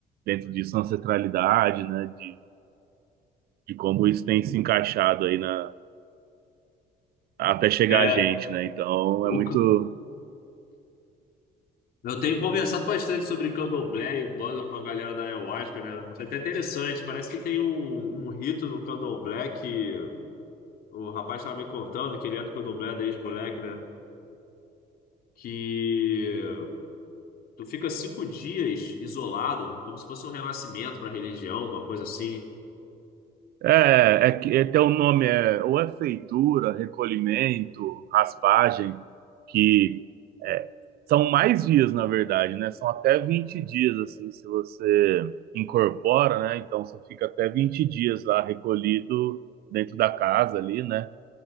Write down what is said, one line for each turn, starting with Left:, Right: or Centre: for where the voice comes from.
Right: dentro disso a ancestralidade, né, de, de como isso tem se encaixado aí na até chegar
Left: É,
Right: a gente, né? Então
Left: o,
Right: é muito
Left: Eu tenho conversado bastante sobre candomblé e banda com a galera da Ayahuasca, né? Isso é até interessante. Parece que tem um, um rito no candomblé que o rapaz estava me contando, que ele é do candomblé desde moleque, né? Que tu fica cinco dias isolado, como se fosse um renascimento para a religião, uma coisa assim.
Right: É, é que é, tem um nome, é, ou é feitura, recolhimento, raspagem, que é, são mais dias, na verdade, né? São até 20 dias, assim, se você incorpora, né? Então você fica até 20 dias lá recolhido dentro da casa ali, né?